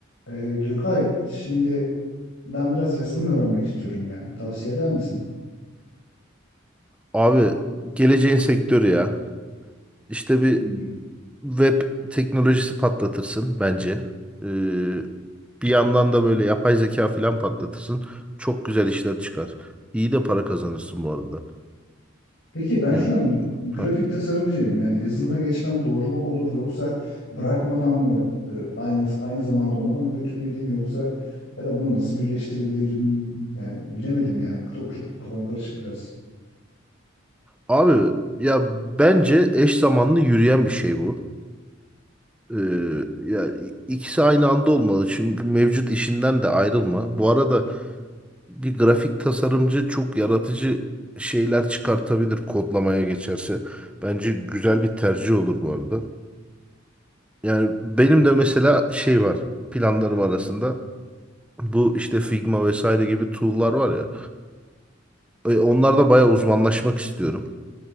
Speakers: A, on the left; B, in the centre.
A: Ee, Gökay, şimdi ben biraz yazılım öğrenmek istiyorum ya. Tavsiye eder misin?
B: Abi geleceğin sektörü ya. İşte bir
A: Hmm.
B: web teknolojisi patlatırsın bence. Ee, bir yandan da böyle yapay zeka falan patlatırsın. Çok güzel işler çıkar. İyi de para kazanırsın bu arada.
A: Peki ben
B: Yani
A: şu an grafik
B: heh.
A: tasarımcıyım. Yani yazılıma geçmem doğru mu olur yoksa bırakmadan mı e, aynı aynı zamanda onu da mı götürmeliyim yoksa ya da bunu nasıl birleştirebilirim? Yani bilemedim ya. Çok çok kafam karışık biraz.
B: Abi ya bence eş zamanlı yürüyen bir şey bu. Ee, ya i- ikisi aynı anda olmalı. Çünkü mevcut işinden de ayrılma. Bu arada bir grafik tasarımcı çok yaratıcı şeyler çıkartabilir kodlamaya geçerse. Bence güzel bir tercih olur bu arada. Yani benim de mesela şey var planlarım arasında. Bu işte Figma vesaire gibi tool'lar var ya. e, Onlarda bayağı uzmanlaşmak istiyorum.